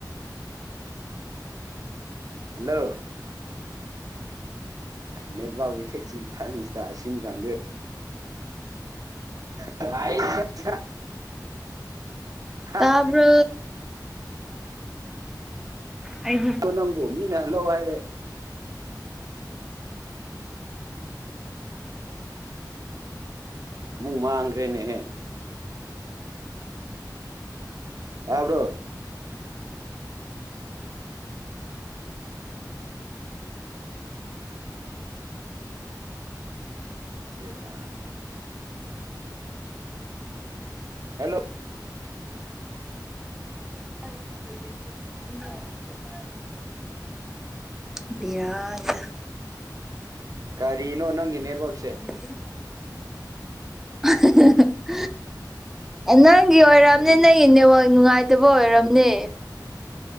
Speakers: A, on the right (about 55°); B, in the centre.
A: ꯍꯜꯂꯣ ꯅꯦꯠꯋꯥꯛ <unintelligible> <unintelligible> <inaudible>
B: ꯇꯥꯕ꯭ꯔꯣ ꯑꯩꯗꯤ
A: <unintelligible> ꯅꯪꯕꯨ ꯃꯤꯅ ꯍꯜꯂꯛꯑꯣ ꯍꯥꯏꯔꯦ ꯑꯃꯨꯛ ꯃꯥꯡꯈ꯭ꯔꯦꯅꯦꯍꯦ ꯇꯥꯕ꯭ꯔꯣ ꯑꯦ ꯔꯥ ꯍꯜꯂꯣ
B: <inaudible> ꯕꯦꯔꯥꯅꯤꯗ
A: ꯀꯔꯤꯅꯣ ꯅꯪꯒꯤ ꯅꯦꯠꯋꯥꯛꯁꯦ
B: <inaudible> <unintelligible> ꯅꯪꯒꯤ ꯑꯣꯏꯔꯝꯅꯤ
A: ꯀꯔꯤ
B: ꯅꯪ ꯒꯤ ꯅꯦꯠꯋꯥꯥꯛ ꯅꯨꯡꯉꯥꯏꯇꯕ ꯑꯣꯏꯔꯝꯅꯤ